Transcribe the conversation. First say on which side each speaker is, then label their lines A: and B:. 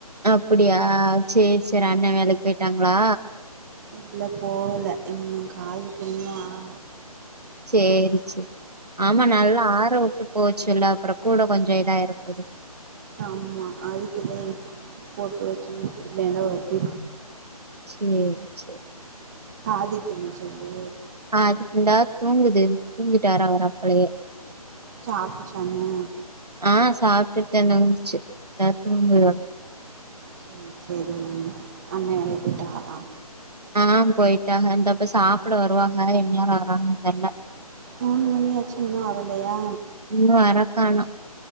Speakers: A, on the right; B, on the right.
A: அப்டியா சேரி சேரி அண்ணே வேலைக்கு போய்ட்டாங்களா
B: இல்ல போகல இன்னு கால் புண்ணு ஆர
A: சேரி சேரி ஆமா
B: ம்
A: நல்லா ஆறவுட்டு போச்சொல்லு அப்றோ கூட கொஞ்சோ இதாயிர போது
B: ஆமா அதுக்குதே போட்டு வச்சி நெனவு வச்சு
A: சேரி சேரி
B: ஆதி தெனிச்சது
A: ஆஹ் அதுக் இந்தா தூங்குது தூங்கிட்டாரு அவரு அப்பளையே
B: சாப்ட்டு சொன்ன
A: ஆஹ் சாப்ட்டுட்டு தா தூங்குச்சு இந்தா தூங்குது
B: சேரி சேரி அண்ணே வேலைக்கு போய்டாங்களா
A: ஆஹ் போய்ட்டாங்க இந்தா இப்ப சாப்பிட வருவாக என்நேரோ வராங்கன்னு தெர்ல
B: மூணு மணியாச்சு இன்னு வரலயா
A: இன்னு வரக்காணோ